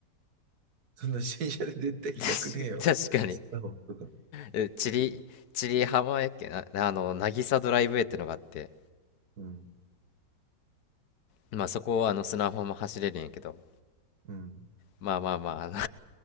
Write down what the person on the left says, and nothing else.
確か確かに、
えチリ、チリ浜やっけな、あの、渚ドライブウェイってのがあって、
まあそこをあの砂浜走れるんやけど、
まあまあまあ、あの